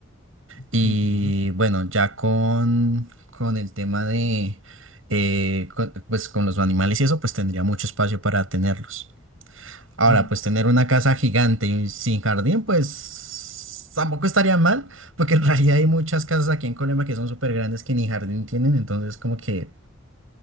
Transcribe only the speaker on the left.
Sí, claro.
Mm,